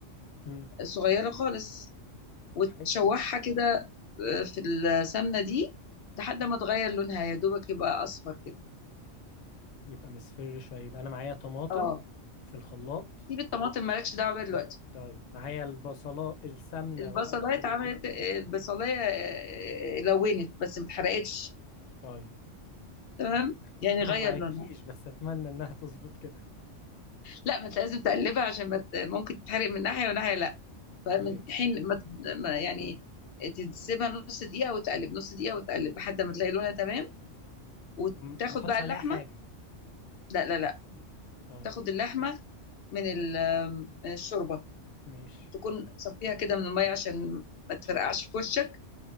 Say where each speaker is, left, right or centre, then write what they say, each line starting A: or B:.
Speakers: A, on the left (about 85°); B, on the left (about 60°).
A: امم
B: صغيرة خالص وتشوحها
A: حاجة
B: كده آه، في السمنة دي لحد ما تغير لونها يا دوبك يبقى أصفر كده
A: يبقى مصفر شوية يبقى انا معايا طماطم
B: اه
A: في الخلاط
B: سيب الطماطم
A: و...
B: مالكش دعوة بيها دلوقتي
A: ماشي. طيب معايا البصلة السمنة
B: البصلاية
A: و- او بالزيت
B: اتعملت آه، البصلاية آه، آه، لونت بس ما اتحرقتش
A: طيب
B: تمام
A: <laughs>
B: يعني غير
A: ما وعدتكيش
B: لونها
A: بس اتمنى انها تظبط كده
B: لا ما انت لازم تقلبها عشان ما ت- ممكن تتحرق من ناحية وناحية لا
A: اوكي
B: فمن حين ما ت- ما يعني تسيبها نص دقيقة وتقلب نص دقيقة وتقلب لحد ما تلاقي لونها تمام وتاخد
A: وما احطش
B: بقى
A: عليها
B: اللحمة
A: حاجة
B: لا لا لا
A: طيب
B: تاخد اللحمة من ال- من الشوربة
A: ماشي
B: تكون تصفيها كده من المية عشان ما تفرقعش في وشك